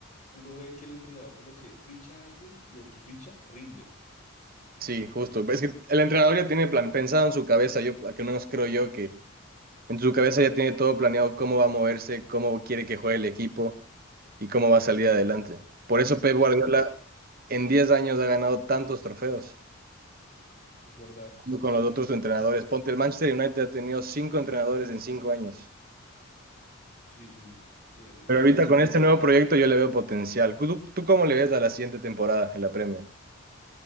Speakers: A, on the left (about 35°); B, on the right (about 45°).
A: uno ve que el entrenador como que ficha a alguien y el que ficha rinde,
B: Sí, justo. Es que el entrenador ya tiene plan, pensado en su cabeza, yo al menos creo yo que En su cabeza ya tiene todo planeado cómo va a moverse, cómo quiere que juegue el equipo y cómo va a salir adelante. Por eso Pep
A: sí,
B: Guardiola
A: no,
B: en 10 años ha ganado tantos trofeos
A: es verdad,
B: con los otros entrenadores. Ponte, el Manchester United ha tenido cinco entrenadores en cinco años.
A: sí, sí, eh,
B: Pero
A: eh,
B: ahorita
A: eso es,
B: con este nuevo proyecto yo le veo potencial. ¿Tú, tú cómo le ves a la siguiente temporada en la Premier?